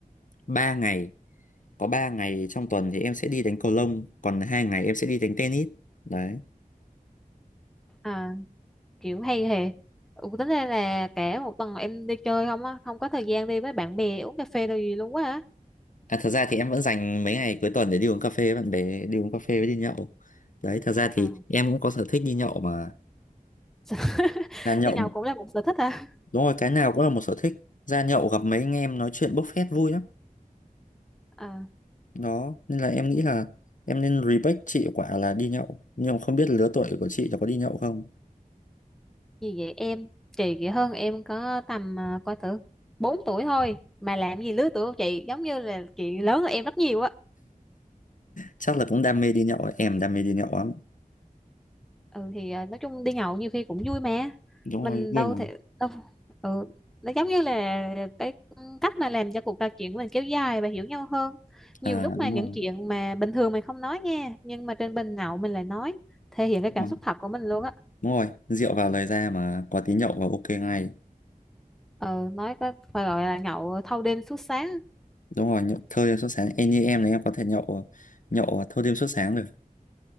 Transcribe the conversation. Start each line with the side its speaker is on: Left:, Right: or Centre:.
Left: 3 ngày. Có 3 ngày trong tuần thì em sẽ đi đánh cầu lông, còn hai ngày em sẽ đi đánh tennis. Đấy.
Centre: À, kiểu hay hề, Ừ, tính ra là cả một tuần em đi chơi không á không có thời gian đi với bạn bè uống cà phê đâu gì luôn quá á
Left: À, thật ra thì em vẫn dành mấy ngày cuối tuần để đi uống cà phê với bạn bè, đi uống cà phê với đi nhậu. Đấy, thật ra thì
Centre: à.
Left: em cũng có sở thích đi nhậu mà.
Centre: <laughs>
Left: Ra nhậu,
Centre: đi nhậu cũng là một sở thích hả
Left: đúng rồi, cái nào cũng là một sở thích. Ra nhậu gặp mấy anh em nói chuyện bốc phét vui lắm.
Centre: à,
Left: Đó, nên là em nghĩ là em nên respect chị quả là đi nhậu. Nhưng mà không biết lứa tuổi của chị là có đi nhậu không?
Centre: gì vậy em chị vậy hơn em có tầm à, coi thử 4 tuổi thôi mà làm gì lứa tuổi của chị giống như là chị lớn hơn em rất nhiều á
Left: Chắc là cũng đam mê đi nhậu, ấy. em đam mê đi nhậu lắm.
Centre: ừ thì à, nói chung đi nhậu nhiều khi cũng vui mà
Left: Đúng
Centre: mình
Left: rồi, vui
Centre: đâu
Left: mà.
Centre: thể đâu ừ nó giống như là cái cách mà làm cho cuộc trò chuyện của mình kéo dài và hiểu nhau hơn nhiều
Left: À,
Centre: lúc mà
Left: đúng
Centre: những
Left: rồi,
Centre: chuyện mà bình thường mình không nói nha nhưng mà trên bình nhậu mình lại nói thể hiện cái
Left: đúng
Centre: cảm
Left: rồi,
Centre: xúc thật của mình luôn á
Left: đúng rồi. Rượu vào lời ra mà có tí nhậu vào ok ngay.
Centre: ừ nói có phải gọi là nhậu thâu đêm suốt sáng
Left: đúng rồi nhậu, thâu đêm suốt sáng em như em này em có thể nhậu nhậu thâu đêm suốt sáng được